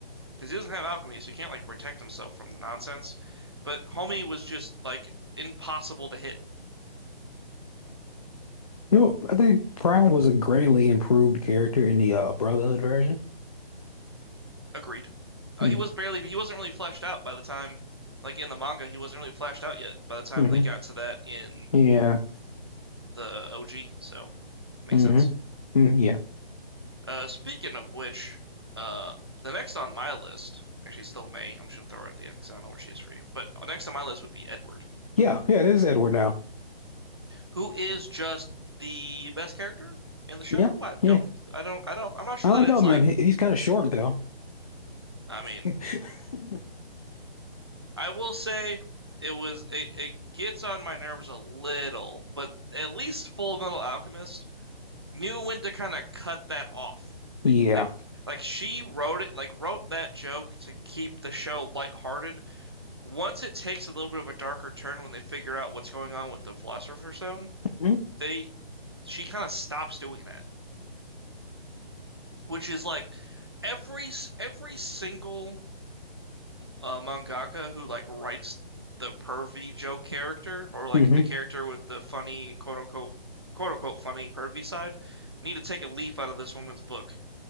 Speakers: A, on the right; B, on the left.
A: Because he doesn't have alchemy, so he can't like protect himself from the nonsense. But Homie was just like impossible to hit.
B: You know, I think Pride was a greatly improved character in the uh, Brotherhood version.
A: Agreed. Uh,
B: Mm,
A: he was barely he wasn't really fleshed out by the time like in the manga, he wasn't really fleshed out yet by the time
B: hmm mm-hmm.
A: they got to that in
B: Yeah.
A: the OG, so makes
B: mm-hmm.
A: sense.
B: hmm Mm, yeah.
A: Uh, speaking of which, uh, the next on my list, actually, it's still May. I'm just gonna throw her at the end because I don't know where she is for you. But next on my list would be Edward,
B: Yeah. Yeah. It is Edward now.
A: who is just the best character in the show.
B: Yeah.
A: I
B: Yeah.
A: don't, I don't, I don't. I'm not sure
B: I don't
A: that it's
B: know, man.
A: like.
B: He, he's kind of short though.
A: I mean,
B: <laughs>
A: I will say it was. It it gets on my nerves a little, but at least Full Metal Alchemist knew when to kind of cut that off.
B: Yeah.
A: The, like, like she wrote it, like wrote that joke to keep the show lighthearted once it takes a little bit of a darker turn when they figure out what's going on with the Philosopher's Stone,
B: Mm-hmm.
A: they she kind of stops doing that, which is like every every single uh, mangaka who like writes the pervy joke character or like
B: Mm-hmm.
A: the character with the funny quote unquote quote unquote funny pervy side need to take a leaf out of this woman's book